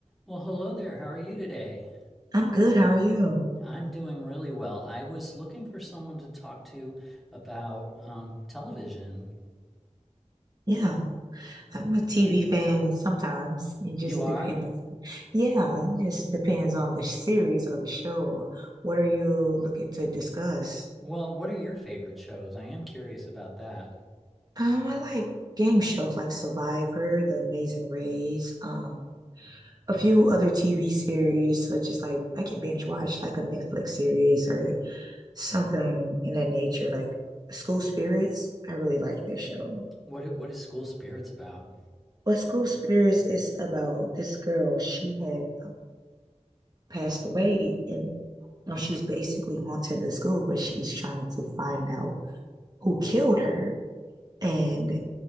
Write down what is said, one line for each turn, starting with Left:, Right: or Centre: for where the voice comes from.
Centre: Well, hello there. How are you today?
Right: I'm good. How are you?
Centre: I'm doing really well. I was looking for someone to talk to about um, television.
Right: Yeah, I'm a TV fan sometimes. It just
Centre: You are?
Right: depends. Yeah, it just depends on the series or the show. What are you looking to discuss?
Centre: Well, what are your favorite shows? I am curious about that.
Right: Um, I like game shows like Survivor, The Amazing Race, um, a few other TV series such as like I could binge watch like a Netflix series or something in that nature, like School Spirits. I really like that show.
Centre: What i- what is School Spirits about?
Right: Well, School Spirits is about this girl. She had a passed away and you know, she's basically haunting the school, but she's trying to find out who killed her. And